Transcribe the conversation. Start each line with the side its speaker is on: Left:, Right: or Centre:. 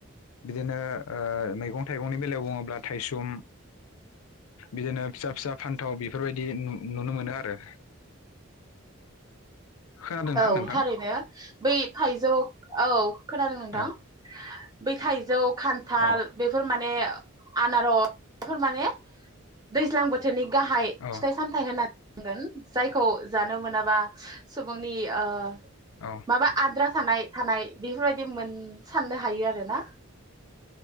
Left: बिदिनो ओ मैगं थाइगंनि बेलायाव बुङोब्ला थाइसुम बिदिनो फिसा फिसा फान्थाव बेफोरबायदि नु-नुनो मोनो आरो खोनादोंना
Right: औ
Left: नोंथां
Right: थारैनो बै थाइजौ औ खोना खोनादों नोंथां
Left: औ
Right: बै थाइजौ खान्थाल
Left: औ
Right: बेफोर माने बे आनार फोर माने दैज्लां बोथोरनि गाहाय
Left: औ
Right: फिथाइ सामथायाइ होनाय गोन जायखौ जानो मोनाबा बा बुंनि ओ
Left: औ
Right: माबा आद्रा थानाय थानाय बेफोरबायदि मोन साननो हायो आरो ना